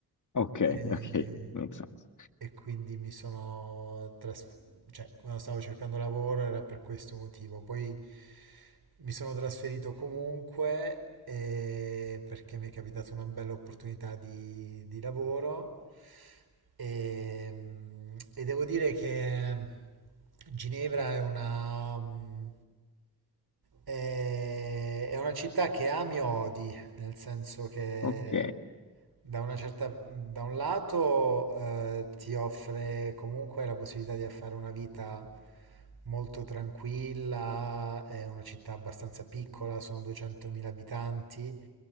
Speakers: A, on the left; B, on the right.
A: Ok,
B: E,
A: ok, make sense.
B: e quindi mi sono trasferito cioè, quando stavo cercando lavoro era per questo motivo. Poi mi sono trasferito comunque eh, perché mi è capitata una bella opportunità di, di lavoro e, mm, e devo dire che Ginevra è una, mm, è è una città che ami e odi nel senso che
A: Ok.
B: da una certa, da un lato eh, ti offre comunque la possibilità di fare una vita molto tranquilla, è una città abbastanza piccola, sono 200.000 abitanti,